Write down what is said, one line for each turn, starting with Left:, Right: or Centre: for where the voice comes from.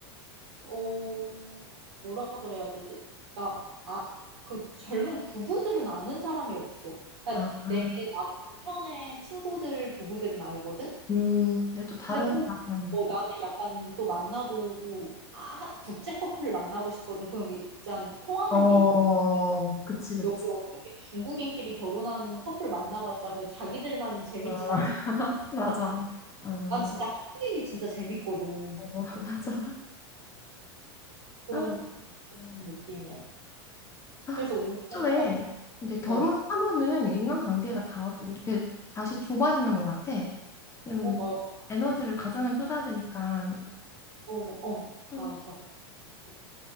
Right: 어, 뭐라 그래야 되지? 나, 아, 그 젊은 부부들은 아는 사람이 없어. 그러니까
Left: 아,
Right: 내
Left: 아.
Right: 남편의 친구들 부부들은 알거든?
Left: 음. 내가 또 다른
Right: 근데 또,
Left: 나라 사람이니까.
Right: 어, 나는 약간 또 만나도, 아, 한- 국제 커플 만나고 싶거든. 그럼 일단 통하는
Left: 어,
Right: 게, 있-
Left: 그치, 그치.
Right: 여기 어차피 중국인끼리 결혼한 커플 만나봤자 그 자기들만 재밌지,
Left: 어,
Right: 난 재밌거든.
Left: <laughs> 맞아. 어,
Right: 난 진짜 한국인이 진짜 재밌거든.
Left: 어, <laughs> 맞아.
Right: 그런,
Left: 아,
Right: 그런 느낌이야.
Left: 아,
Right: 그래서 우리는
Left: 애초에
Right: 약간,
Left: 근데 결혼하면은
Right: 어,
Left: 인간관계가 다 좀 이렇게 다시 좁아지는 것 같아. 왜냐면
Right: 어, 맞아.
Left: 에너지를 가정에 쏟아야 되니까.
Right: 어, 어,
Left: 어,
Right: 맞아. 있어.